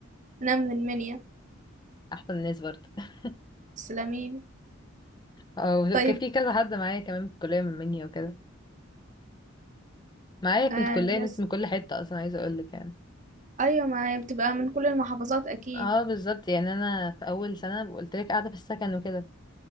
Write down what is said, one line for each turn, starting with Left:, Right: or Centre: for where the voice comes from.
Right: انا من المنيا
Left: أحسن الناس برضه <laughs>
Right: السلامين
Left: أو
Right: طيب
Left: كان في كذا حد معايا كمان في الكلية من مني وكده معايا بنت
Right: آه
Left: كلية
Right: يس
Left: ناس من كل حتة أصلا عايزة أقولك يعني
Right: ايوه ما هي بتبقى من كل المحافظات اكيد
Left: اه بالظبط يعني أنا في أول سنة قلت لك قاعدة في السكن وكده